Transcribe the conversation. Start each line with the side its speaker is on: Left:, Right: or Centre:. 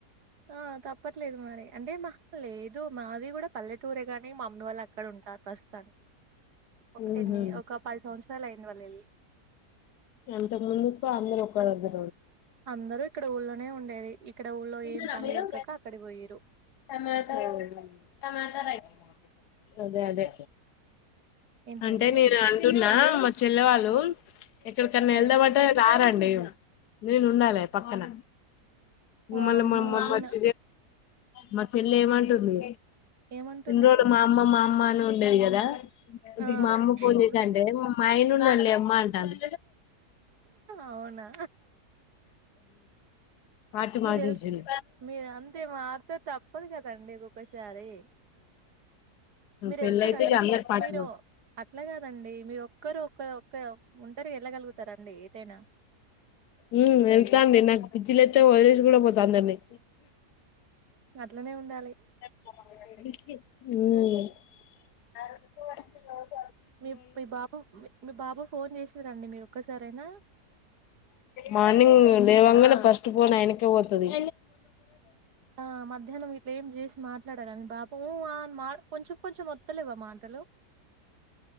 Right: ఆ తప్పట్లేదు మరి అంటే మా ఒళ్ళే ఇ మాది కూడా పల్లెటూరే కాని మా మమ్మీ వాళ్ళు అక్కడ ఉంటారు ప్రస్తుతానికి ఒక టెన్
Left: ఉహు
Right: ఒక పది సంవత్సరాలు అయింది వాళ్ళు వెళ్ళి
Left: ఎంత ముందుకు అందరు ఒక్క దగ్గ
Right: అందరూ ఇక్కడ ఊళ్ళోనే ఉండేది ఇక్కడ ఊళ్ళో
Left: ఎ
Right: ఏం పనులు
Left: మీరు
Right: దొరకక అక్కడికి పోయిరు
Left: టమాట టమాటా రైస్ అదే అదే
Right: ఏంటండి
Left: అంటే నేను అంటున్నా చెల్లె వాళ్ళు ఇక్కడికన్నా
Right: ఆ
Left: వెళ్దామంటే రారు నేను ఉండాలే పక్కన
Right: వామ్మో
Left: మళ్ళ మో
Right: నేనా
Left: వచ్చ మా చెల్ల ఏమంటుంది
Right: ఏమంటుందండి
Left: ఎన్ని రోజులు మా అమ్మ మా అమ్మను ఉండేది కదా ఇప్పుడు
Right: ఆ
Left: మా అమ్మ ఫోన్
Right: ఇప్పుడు
Left: చేసి అంటే మా ఆయనుడు లే అమ్మ అంటాది
Right: అవునా
Left: పార్టీ
Right: మీరుళ్
Left: మార్చేసిండు
Right: మీరు అంతే మార్తే తప్పు తప్పదు కదండి ఒక్కొక్కసారి మీరు
Left: పెళ్ళయితే
Right: వెళ్తారండి
Left: ఇగ
Right: ఎప్పు
Left: అందరు పార్టీ
Right: మీరు అట్లా కాదండి మీరు ఒక్కరు ఒకరు ఒక్క ఒంటరిగా వెళ్ళగలుగుతారండి ఏటైనా
Left: ఉమ్ వెళ్తండు పిచ్చి లేతే వదలేసి కూడా పోతా అందరిని
Right: అట్లనే ఉండాలి
Left: ఉమ్
Right: మీ మీ బాబు మీ బాబు ఫోన్ చేసిరా రండి మీరు ఒక్కసారైనా
Left: మార్నింగ్ లేవాంగానే ఫస్ట్ ఫోన్ ఆయనకే పోతది
Right: ఆ మధ్యాహ్నం ఇట్లా ఏం చేసి మాట్లాడారని బాబు ఉ ఆ అని మా కొంచెం కొంచెం వత్తలేవా మాటలు